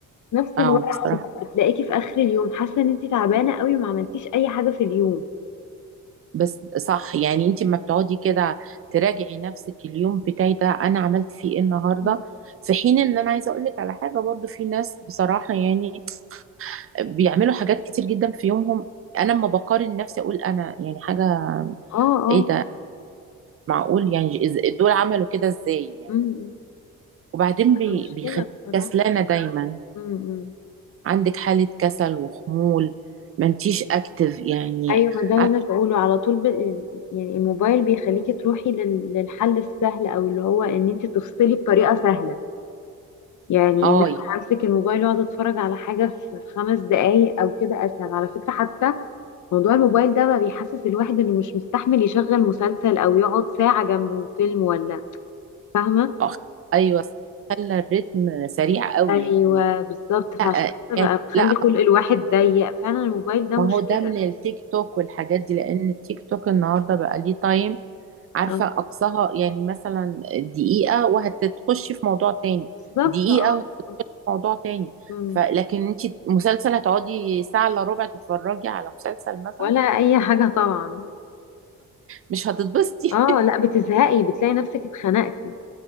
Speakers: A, on the left; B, on the right.
A: في نفس
B: اه
A: الوقت
B: بصراحه
A: بت- بتلاقيكي في اخر اليوم حاسة ان انتي تعبانة قوي وما عملتيش اي حاجة في اليوم
B: بس صح يعني انت لما بتقعدي كده تراجعي نفسك اليوم بتاعي ده انا عملت فيه ايه النهارده
A: مم.
B: في حين ان انا عايزه اقول لك على حاجه برضو في ناس بصراحه يعني بيعملوا حاجات كتير جدا في يومهم انا لما بقارن نفسي اقول انا يعني حاجه
A: اه اه
B: ايه ده معقول يعني إز- دول عملوا كده ازاي يعني
A: امم
B: وبعدين بي-
A: مشكلة
B: بيخليك
A: بصراحة
B: كسلانه دايما
A: امم
B: عندك حاله كسل وخمول ما انتيش اكتف يعني
A: ايوه ما ده اللي
B: عارف-
A: انا بقوله على طول ب... يعني الموبايل بيخليكي تروحي لل... للحل السهل او اللي هو ان انت تفصلي بطريقة سهلة يعني
B: اه
A: ان انا
B: يعني
A: امسك الموبايل واقعد اتفرج على حاجه في خمس دقايق او كده اسهل على فكره حتى موضوع الموبايل ده بقى بيحسس الواحد انه مش مستحمل يشغل مسلسل او يقعد ساعه جنبه فيلم ولا فاهمه
B: آه، ايوه خلى الريتم سريع قوي
A: ايوه
B: يعني
A: بالظبط فعشان
B: لا آه،
A: كده
B: يعني
A: بقى بخلي
B: لا
A: خلق الواحد ضيق فعلا الموبايل ده
B: ما
A: مشكله
B: هو ده من التيك توك والحاجات دي لان التيك توك النهارده بقى ليه تايم عارفة
A: اه
B: أقصاها يعني مثلا دقيقة وهتخشي في موضوع تاني
A: بالظبط
B: دقيقة
A: اه
B: وهت-
A: آه.
B: موضوع تاني
A: مم.
B: فلكن انت مسلسل هتقعدي ساعة الا ربع تتفرجي على مسلسل مثلا
A: ولا اي حاجه طبعا
B: مش هتتبسطي
A: اه لا بتزهقي بتلاقي نفسك اتخنقتي